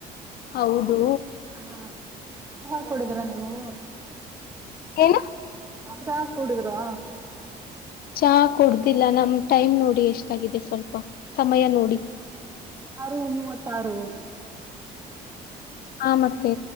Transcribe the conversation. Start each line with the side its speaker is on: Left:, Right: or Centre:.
Left: ಹೌದು
Right: ಅ ಹ ಕೊಡಿದರಾ ನೀವು
Left: ಏನು
Right: ಚಾ ಕುಡಿದರಾ.
Left: ಚಾ ಕೊಡ್ದಿಲ್ಲ ನಮ ಟೈಮ್ ನೋಡಿ ಎಷ್ಟಾಗಿದೆ ಸ್ವಲ್ಪ ಸಮಯ ನೋಡಿ.
Right: <unintelligible> ಆರು ಮೂವತ್ತಾರು
Left: ಹಾ ಮತ್ತೆ